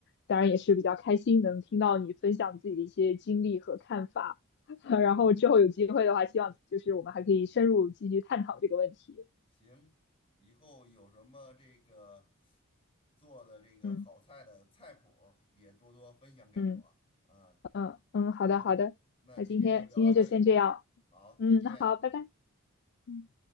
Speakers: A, on the left; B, on the left.
A: 当然也是比较开心能听到你分享自己的一些经历和看法。<laughs> 然后之后有机会的话，希望就是我们还可以深入继续探讨这个问题。
B: 行，以后有什么这个做的这个好菜的菜谱儿也多多分享给我啊。
A: 嗯嗯嗯嗯，好的好的，
B: 好的，那今天就聊到这里，
A: 那今天今天就先这样。
B: 好，
A: 嗯，
B: 再见。
A: 好，拜拜。嗯。